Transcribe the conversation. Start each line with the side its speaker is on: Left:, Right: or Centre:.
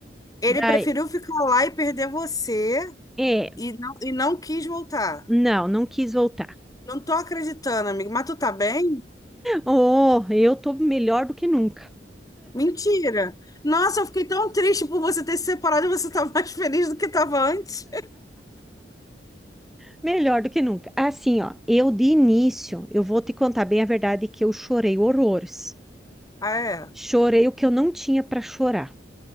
Left: Ele
Centre: Daí,
Left: preferiu ficar lá e perder você
Centre: é,
Left: e não, e não quis voltar.
Centre: não, não quis voltar.
Left: Não tô acreditando, amigo. Mas tu tá bem?
Centre: Oh, eu tô melhor do que nunca.
Left: Mentira. Nossa, eu fiquei tão triste por você ter se separado e você tá mais <laughs> feliz do que tava antes.
Centre: Melhor do que nunca. Assim, ó, eu de início, eu vou te contar bem a verdade que eu chorei horrores.
Left: Ah, é?
Centre: Chorei o que eu não tinha pra chorar.